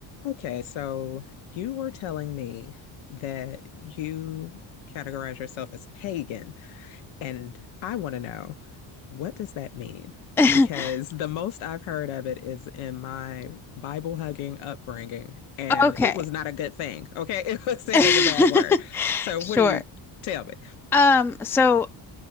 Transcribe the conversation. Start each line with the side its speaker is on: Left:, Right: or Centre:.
Left: Okay, so you were telling me that you categorize yourself as pagan, and I want to know what does that mean?
Centre: <laughs>
Left: Because the most I've heard of it is in my Bible hugging upbringing, and
Centre: Okay.
Left: it was not a good thing. Okay, <laughs> it was said
Centre: <laughs>
Left: as a bad word. So
Centre: Sure.
Left: what do you tell me?
Centre: Um, so